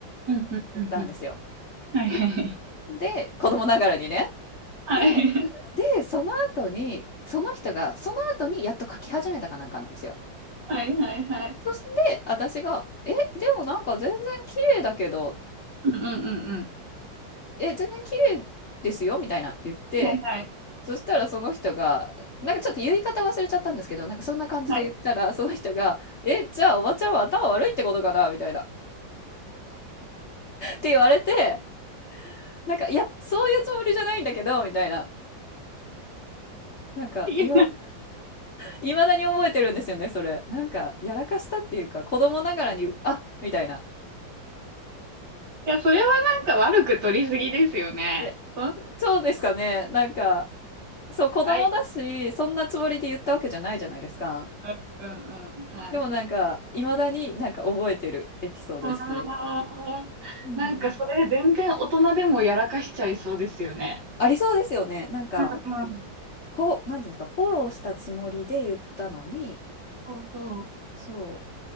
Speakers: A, on the right; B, on the left.
A: うん、うん、
B: 言ったんですよ。
A: うん、うん。はい、はい、
B: で、子供ながらにね。
A: はい。
B: で、で、その後に、その人が、その後にやっと書き始めたかなんかなんですよ。
A: はい、はい、はい、はい。
B: そして、私が、え、でもなんか全然綺麗だけど、
A: うん、うん、うん、う
B: え、全然綺麗ですよみたいな言って、
A: ん。はい、はい、
B: そしたらその人が、なんかちょっと言い方忘れちゃったんですけど、なんかそんな感じで言ったら、
A: はい。
B: その人が、え、じゃあおばちゃんは頭悪いってことかなみたいな。って言われて、なんか、いや、そういうつもりじゃないんだけど、みたいな。なんか、
A: いや、
B: いま、いまだに覚えてるんですよね、それ。なんか、やらかしたっていうか、子供ながらに、あ、みたいな。
A: それはなんか悪く取りすぎですよね。
B: え、
A: そんなこ
B: そうですかね。なんか、そう、
A: とない。
B: 子供だし、そんなつもりで言ったわけじゃないじゃないですか。
A: うん、うん、うん、うん。はい。
B: でもなんか、いまだになんか覚えてるエピソードですね。
A: ああ、
B: うん。
A: なんかそれ全然大人でもやらかしちゃいそうですよね。
B: ありそうですよね。なんか、
A: うんうん。
B: こう、なんていうんですか、フォローしたつもりで言ったのに、
A: そうそ
B: そ